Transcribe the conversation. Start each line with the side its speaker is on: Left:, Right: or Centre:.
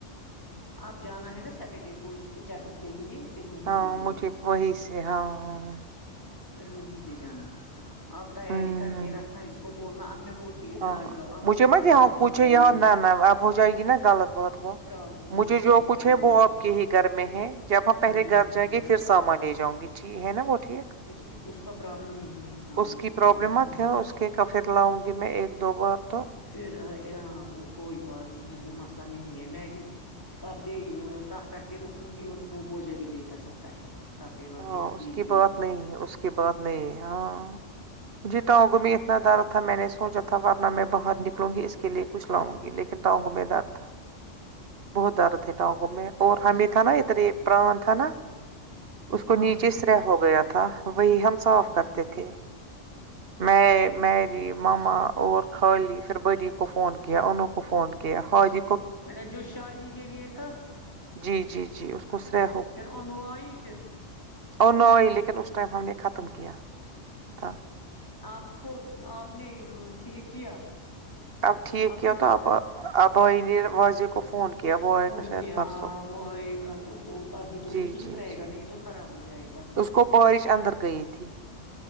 Left: آپ جانا ہے نا سیٹرڈے کو اس کو چیک اپ کے لیے- پھر وہیں
Right: ہاں
Left: سے جانا
Right: مجھے وہی سے ہاں-
Left: تو مش سے جانا اب تیاری
Right: ہمم
Left: کر کے رکھنا اس کو بولنا اب میں بولتی ہ ادھر
Right: ہاں
Left: آ جاؤ اب
Right: مجھے
Left: وہ بھی
Right: مت
Left: پرابلم
Right: یہاں کچھ
Left: ہو جائے-
Right: یہاں ن
Left: گی
Right: نہ ن اب ہو جائے گی نا غلط بات- وہ
Left: پرابلم
Right: مجھے
Left: ہاں
Right: جو کچھ
Left: پرابلم
Right: ہے وہ
Left: ہو
Right: آپ
Left: جائے
Right: کے ہی گھر میں ہے جب ہم پہلے
Left: میں
Right: گھر
Left: ہے
Right: جائیں
Left: ہاں
Right: گے پھر سامان لے جاؤں گی- ج ہے نا وہ ٹھیک-
Left: کہ اس کا پرابلم نہیں ہے سامان
Right: اس
Left: کی پرابلم
Right: مت
Left: نہیں-
Right: ہے اس کے کا پھر لاؤں گی میں ایک دو بار تو-
Left: پھر ہ وہ کوئی بات نہیں ہے وہ مسئلہ نہیں ہے میں بھی- کاپے تاہ کر کے رکوں گی اور وہ موجہ بھی لے جا سکتا ہے- رپ دے واب
Right: ہاں
Left: دے
Right: اس
Left: بیچ
Right: کی
Left: بیچ
Right: بات
Left: میں-
Right: نہیں ہے اس کی بات نہیں ہے ہاں- مجھے ٹؤگوں میں اتنا درد تھا میں نے سوچا تھا ورنہ میں باہر نکلوں گی اس کےے کچ لاؤں گی لیکن- کتگم دار تھا- بہت درد ہے ٹانگوں میں اور ہمیں تھا نا ادھر یہ پران تھا نا- اس کو
Left: ہاں
Right: نیچے سر ہو گیا تھا وہی ہم صاف
Left: اچھا
Right: کرتے تھے- میں میری- ماما اور خالی پھر بڑی کو فون کیا انو کو فون کیا حجی-
Left: اچھا جو شادی کے لیے تھا-
Right: جی- جی -جی- کو سرح
Left: پھر اننو آئی پھر-
Right: او نئی لیکن اس ٹائم ہم نے ختم کیا تھا-
Left: آپ اس کو آپ نے ٹھیک کیا-
Right: اب ٹھیک
Left: آپ
Right: کیا
Left: پھر
Right: تو اب ابائی نے واضح کو فون کیا وہ آئے
Left: فون
Right: کا شاید
Left: کیا
Right: پرسوں-
Left: ہاں وہ آئے گا تو ہو تبھی تو
Right: جی
Left: وہ ٹھیک
Right: جی
Left: رہے
Right: جی
Left: گا نہیں تو خراب ہو جائے گا-
Right: اس کو بوئش اندر گئی تھی-